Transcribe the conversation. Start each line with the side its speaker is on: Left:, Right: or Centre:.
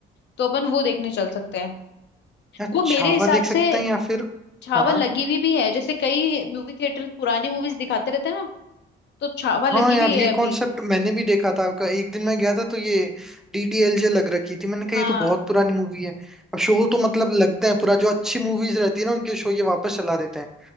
Left: तो अपन वो देखने चल सकते हैं
Centre: या
Left: वो मेरे
Centre: छावा
Left: हिसाब
Centre: देख सकते
Left: से
Centre: हैं या फिर
Left: छावा
Centre: हाँ हाँ
Left: लगी हुई भी है जैसे कई मूवी थिएटर पुरानी मूवीज दिखाते रहते हैं ना तो छावा लगी
Centre: हाँ यार
Left: हुई है
Centre: ये
Left: अभी
Centre: कॉन्सेप्ट मैंने भी देखा था क- एक दिन मैं गया था तो ये डीडीएलजे लग रखी थी मैंने कहा
Left: हाँ
Centre: ये तो बहुत पुरानी मूवी है अब शो तो मतलब लगते हैं पूरा जो अच्छी मूवीज रहती है ना उनके शो ये वापस चला देते हैं